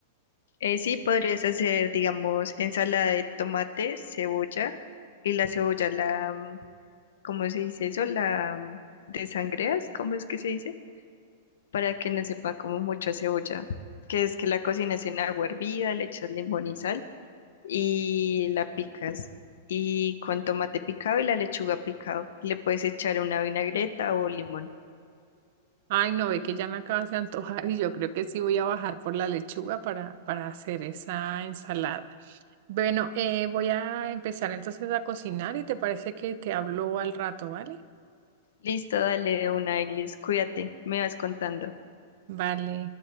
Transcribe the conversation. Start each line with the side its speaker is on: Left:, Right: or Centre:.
Left: Eh, sí, podrías hacer, digamos, ensalada de tomate, cebolla y la cebolla, la, mm, ¿cómo se dice eso? La mm, desangreas, ¿cómo es que se dice? Para que no sepa como mucho a cebolla, que es que la cocinas en agua hervida, le echas limón y sal y la picas. Y con tomate picado y la lechuga picado, le puedes echar una vinagreta o limón.
Right: Ay, no, ve que ya me acabas de antojar y yo creo que sí voy a bajar por la lechuga para, para hacer esa ensalada. Bueno, eh, voy a empezar entonces a cocinar y te parece que te hablo al rato, ¿vale?
Left: Listo, dale una, Eglis, cuídate, me vas contando.
Right: Vale.